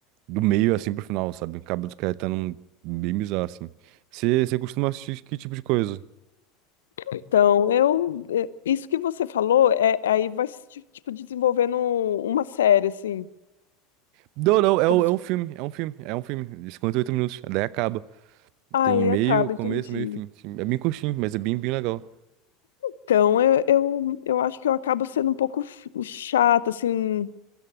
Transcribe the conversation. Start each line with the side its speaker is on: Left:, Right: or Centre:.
Right: do meio, assim, pro final, sabe? Cabo dos Caetano um- bem bizarro, assim. Você você costuma assistir que tipo de coisa?
Left: Então, eu, é, isso que você falou, é, aí vai se, ti- tipo, desenvolvendo um- uma série, assim,
Right: Não, não, é,
Left: como
Right: um-
Left: se,
Right: é um filme, é um filme, é um filme, de 58 minutos, daí acaba.
Left: ai,
Right: Tem meio,
Left: acaba,
Right: começo,
Left: entendi.
Right: meio e fim. assim, É bem curtinho, mas é bem, bem legal.
Left: Então, eu, eu, eu acho que eu acabo sendo um pouco ch- chata, assim,